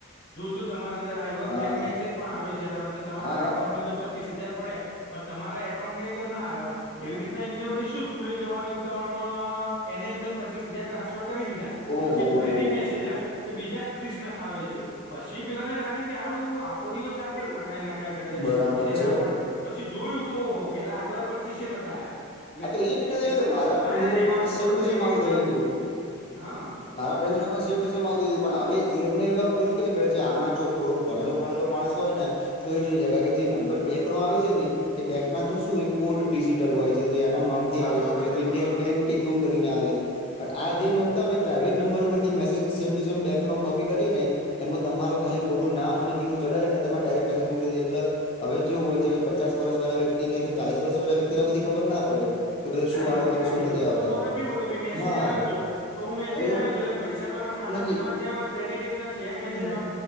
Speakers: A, on the left (about 55°); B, on the left (about 30°).
A: જો જો તમારા અંદર આવી
B: હા
A: ફેક મેસેજ પણ આવે છે. કારણ કે તમારા
B: હા હા
A: એકકાઉન્ટની અંદર પચીસ હજાર પડ્યે પણ તમારા એકાઉન્ટની અંદર ના આવ્યા હોય એવી
B: હા
A: રીતના એમને વળી શું સ્કૂલે જવાની ઉતાવળમાં એની અંદર પચીસ હજાર ટ્રાન્સફર કરી દીધા.
B: ઓહો
A: પછી ફરીથી
B: હો
A: મેસેજ આવ્યો. કે બીજા ત્રીસ નખાવે છે. પછી પેલાને લાગે હારું આખો દિવસ આ કેમ નખાય નખાય કરે છે.
B: બરાબર
A: એને ના
B: છે
A: પાડે પછી જોયું તો ઓહો પેલા આગલા પચી એ નતા આયા. એટલે
B: આ એ રીતે <unintelligible>
A: એ પચીસ તો ગયા
B: જોડે
A: છે
B: પણ
A: ફ્રોડ
B: સેમ ટુ
A: થઈ
B: સેમ આવું
A: એટલે
B: થયું ગયું.
A: હા
B: મારા ફ્રેન્ડસડ જોડે પણ સેમ ટુ સેમ આવું થયું પણ અવે એમને એવા ભૂલ કેવી કરે છે આમાં જો થોડું ભણેલો ગણેલો માણસ હોય ને તો એ જોઈ જાય કારણકે જે નંબર બેંકનો આવે છે ને એ બેંક ના તો શું કોડ ડિજિટલ હોય છે. એના નામથી
A: આ
B: આવે
A: સો ટકા
B: છે. ઈન્ડિયન
A: એ તો હા
B: બેંક કે એવું કરીને આવે છે. પણ આ
A: હમ
B: જે નગ પ્રાઇવેટ નંબર ઉપરથી message same to same bank નો કોપી કરી ને એમાં તમારું ખાલી ખોટું નામ અને પેલું ચડાય ને તમે ડાયરેક્ટ મેસેજ મોકલી દેય એટલે અવે જેવું હોય છે કે પચાસ વર્ષ વાળા વ્યક્તિને કે ચાલીસ વર્ષ વાળા વ્યક્તિ ને બધી ખબર ના પડે કે બધું
A: ના
B: શું
A: નો
B: આવે
A: જ પડે
B: છે શું
A: ને એ
B: નથી
A: લોકો
B: આવતા
A: તો આપડે કેવું હો કે ભાઈ મેસેજ
B: હા
A: આવ્યો છ તો હું મેસેજ
B: એ
A: આવ્યો છે એટલે પૈસા તમારા ખાતામાં
B: નક્કી
A: જમા થયા હોય ક્રેડિટ સેમ
B: હમ
A: મેસેજ